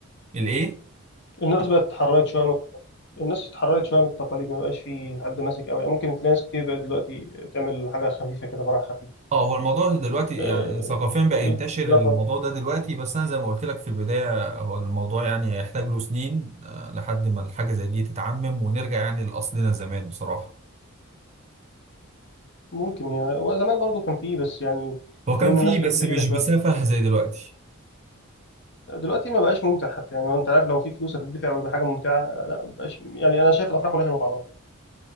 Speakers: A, on the right; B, on the left.
A: الايه
B: الناس بقت اتحررت شويه من الناس اتحررت شويه من التقاليد ما بقاش في حد ماسك قوي يعني ممكن تلاقي ناس كتير بقت دلوقتي تعمل حاجه خفيفه كده فرح خفيف
A: اه هو الموضوع دلوقتي
B: آه،
A: يعني ثقافيا بقى ينتشر
B: آه،
A: الموضوع ده دلوقتي بس انا زي ما قلت لك في البدايه هو الموضوع يعني يحتاج له سنين آه، لحد ما الحاجه زي دي تتعمم ونرجع يعني لاصلنا زمان بصراحه
B: ممكن يعني وزمان برضو كان فيه بس يعني
A: هو كان
B: كمان
A: فيه
B: الناس كانت
A: بس
B: فقيره
A: مش
B: شويه
A: بسفه زي دلوقتي
B: دلوقتي ما بقاش ممتع حتى يعني هو انت عارف لو في فلوس هتدفع ويبقى حاجه ممتعه لا ما بقاش يعني انا شايف الافراح كلها شبه بعضها